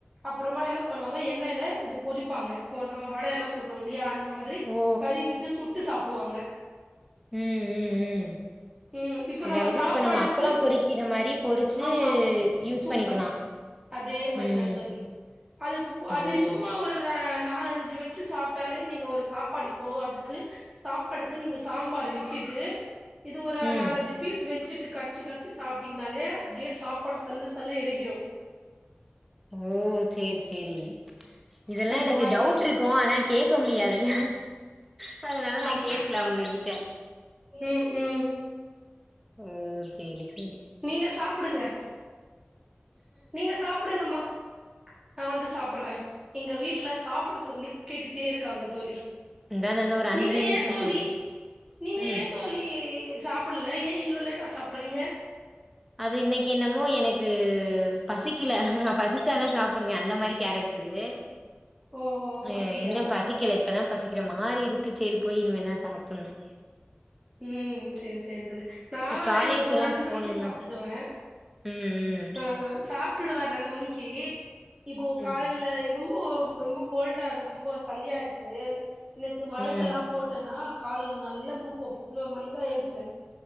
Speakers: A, on the right (about 20°); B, in the centre.
A: அப்புறோமா என்ன பண்ணுவாங்க எண்ணெய்ல அ பொறிப்பாங்க இப்போ நம்ம வடை எல்லாம் சுட்றோம் இல்லயா மாரி
B: ஓ
A: கறி விட்டு சுட்டு சாப்டு போடுவாங்க
B: ம் ம் ம்
A: ம் இப்ப
B: அதாவது
A: நம்ம சாப்பாடுக்கு
B: இப்ப நம்ம அப்பளோ பொறிக்கிற மாரி பொறிச்சு
A: ஆமா
B: யூஸ்
A: சூப்பர்
B: பண்ணிக்கலா
A: அதே மாரிதான்
B: ம்
A: தோலி அது
B: ஓ
A: அது சும்மா ஒர் நாலஞ்சு வச்சு சாப்ட்டாலே நீங்க ஒரு சாப்பாடுப்போ அதுக்கு சாப்பாடுக்கு நீங்க சாம்பார் வெச்சிட்டு இது ஒரு
B: ம்
A: நாலஞ்சு பீஸ் வெச்சுட்டு இப்டி கடிச்சு கடிச்சு சாப்பட்டீங்கனாலே அப்டியே சாப்பாடு சல்லு சல்லு எரிங்கிறும்
B: ஓ செரி செரி இதெல்லாம்
A: அந்த
B: எனக்கு
A: மாதிரி
B: டவுட்ருக்கும் ஆனா கேட்க முடியாதுல ஹஹ அதனால நான்
A: ஆமா
B: கேக்கல அவங்ககிட்ட
A: ம் ம்
B: ம் செரி செரி
A: நீங்க சாப்படுங்க நீங்க சாப்படுங்கம்மா நான் வந்து சாப்றேன் எங்க வீட்ல சாப்ட சொல்லி கேட்டுட்டே இருக்காங்க தோலி
B: இந்தா இன்னு ஒரு அஞ்சு
A: நீங்க
B: நிமிஷோ
A: ஏன் தோலி
B: தோழி
A: நீங்க
B: ம்
A: ஏன் தோலி சாப்ல ஏன் இவ்ளோ லேட்டா சாப்பிறீங்க
B: அது இன்னக்கி என்னமோ எனக்கு பசி பசிக்கல நான் பசிச்சாதான் சாப்டுவேன் அந்த மாரி கேரக்டரு
A: ஓ
B: அ
A: அப்டியா
B: இன்னு பசிக்கில இப்பதான் பசிக்கிற மாரி இருக்கு செரி போய் இனிமே தான் சாப்புணும்
A: ம் செரி செரி தோலி நான
B: காலேஜ் எல்லா
A: ரெண்டு மணிக்கு
B: போணும்னா
A: சாப்பட்டேன் சாப்டுவேன்
B: ம் ம்
A: ச்சி உம் சாப் வுட்டுடுவார் ரெண்டு மணிக்கு இப்போ
B: ம்
A: காலல ஆயிரும் ரொம்போ ரொம்ப கோல்டா ரொம்ப சளியா இருக்கு நேத்து மருந்தெல்லாம்
B: ம்
A: போட்டேன்னா காலல நல்லா தூக்கோம் பதினொரு மணிக்குதான் ஏழுந்துக்னே